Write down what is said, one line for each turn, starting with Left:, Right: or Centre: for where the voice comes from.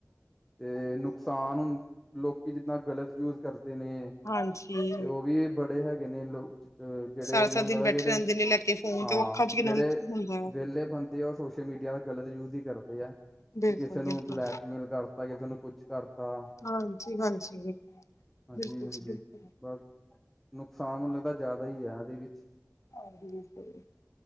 Centre: ਤੇ ਨੁਕਸਾਨ ਹੁਣ ਲੋਕੀ ਜਿੱਦਾਂ ਗਲਤ ਯੂਜ ਕਰਦੇ ਨੇ
Left: ਹਾਂਜੀ
Centre: ਤੇ ਉਹ ਵੀ ਬੜੇ ਹੈਗੇ ਨੇ ਲੋਕ ਜਿਹੜੇ
Left: ਸਾਰਾ
Centre: ਮੈਨੂੰ
Left: ਸਾਰਾ ਦਿਨ
Centre: ਲੱਗਦਾ
Left: ਬੈਠੇ
Centre: ਜਿਹੜੇ
Left: ਰਹਿੰਦੇ ਨੇ ਲੈ ਕੇ ਫੋਨ
Centre: ਹਾਂ
Left: ਤੇ ਉਹ ਅੱਖਾਂ ਚ ਕਿੰਨਾ
Centre: ਜਿਹੜੇ
Left: ਹੁੰਦਾ ਹੈ।
Centre: ਵਿਹਲੇ ਬੰਦੇ ਉਹ ਸੋਸ਼ਲ ਮੀਡੀਆ ਦਾ ਗਲਤ ਯੂਜ ਹੀ ਕਰਦੇ ਆ
Left: ਬਿਲਕੁਲ
Centre: ਕਿ ਕਿਸੇ ਨੂੰ
Left: ਬਿਲਕੁਲ
Centre: ਬਲੈਕਮੇਲ ਕਰਤਾ ਕਿਸੇ ਨੂੰ ਕੁਛ ਕਰਤਾ ਤਾਂ
Left: ਹਾਂਜੀ ਹਾਂਜੀ
Centre: ਹਾਂਜੀ
Left: ਬਿਲਕੁਲ
Centre: ਹਾਂਜੀ
Left: ਜੀ ਬਿਲਕੁਲ
Centre: ਬਸ ਨੁਕਸਾਨਨ ਮੇਨੂੰ ਲੱਗਦਾ ਜ਼ਿਆਦਾ ਹੀ ਹੈ ਇਹਦੇ ਵਿੱਚ
Left: ਹਾ ਬਿਲਕੁੱਲ ਜੀ,